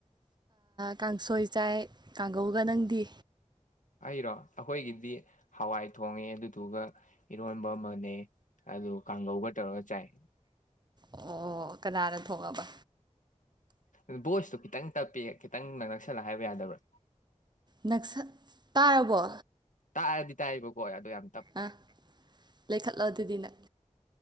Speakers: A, on the right; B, on the left.
A: ꯀꯥꯡꯁꯣꯏ ꯆꯥꯏ ꯀꯥꯡꯒꯧꯒ ꯅꯪꯗꯤ
B: ꯑꯩꯔꯣ ꯑꯩꯈꯣꯏꯒꯤꯗꯤ ꯍꯋꯥꯏ ꯊꯣꯡꯉꯦ ꯑꯗꯨꯗꯨꯒ ꯏꯔꯣꯟꯕ ꯑꯃꯅꯦ ꯑꯗꯨ ꯀꯥꯡꯒꯧꯕꯒ ꯇꯧꯔꯒ ꯆꯥꯏ
A: ꯑꯣ ꯀꯅꯥꯅ ꯊꯣꯛꯑꯕ
B: ꯑꯣ ꯚꯣꯏꯁꯇꯣ ꯈꯤꯇꯪ ꯇꯞꯄꯤꯦ ꯈꯤꯇꯪꯅ ꯅꯛꯁꯜꯂꯒ ꯍꯥꯏꯕ ꯌꯥꯗꯕ꯭ꯔꯥ
A: ꯅꯛꯁꯛ ꯇꯥꯔꯕꯣ
B: ꯇꯥꯏꯑꯗꯤ ꯇꯥꯏꯕ ꯀꯣ ꯑꯗꯨꯗꯤ ꯌꯥꯝ ꯇ ꯐ
A: ꯑ ꯂꯩꯈꯠꯂꯣ ꯑꯗꯨꯗꯤ ꯅꯪ